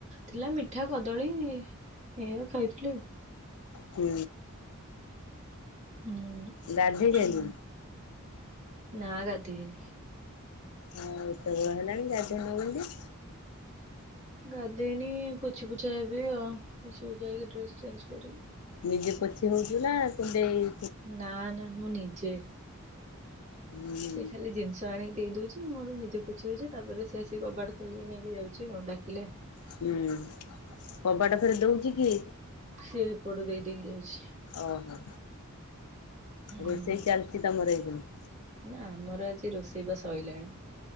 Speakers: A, on the right; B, on the left.
A: ଥିଲା ମିଠା କଦଳୀ ଏଇଆ ଖାଇଥିଲି ଆଉ।
B: ହୁଁ।
A: ଉଁ
B: ଗାଧେଇ ସାଇଲୁଣି?
A: ନା ଗାଧେଇନି।
B: ହଁ ଏତବେଳ ହେଲାଣି ଗାଧେଇନୁ କେନ୍ତି?
A: ଗାଧେଇନି ପୋଛି ପୋଛା ହେବି ଆଉ ପୋଛି ପୁଛା ହେଇକି ଡ୍ରେସ ଚେଞ୍ଜ କରିବି।
B: ନିଜେ ପୋଛି ହଉଚୁ ନା କୁନଦେଇ
A: ନା ନା ମୁଁ ନିଜେ।
B: ହୁଁ
A: ସେ ଖାଲି ଜିନି ତ ଆଣିକି ଦେଇ ଦଉଚି ମୁଁ ମୋର ନିଜେ ପୋଛି ହୋଉଚି ତାପରେ ସିଏ ଆସିକି କବାଟ ଖୋଲିକି ନେଇକି ଯାଉଚି ଆଉ ଡାକିଲେ।
B: ହୁଁ କବାଟ ଫେରେ ଦଉଚି କିଏ?
A: ସିଏ ସେପଡୁ ଦେଇ ଦେଇକି ଯାଉଚି।
B: ଓହୋ
A: ହୁଁ
B: ରୋଷେଇ ଚାଲିଚି ତମର ଏଇଖୁନି?
A: ନା ଆମର ଆଜି ରୋଷେଇ ବା ସୋଇଲାଣି।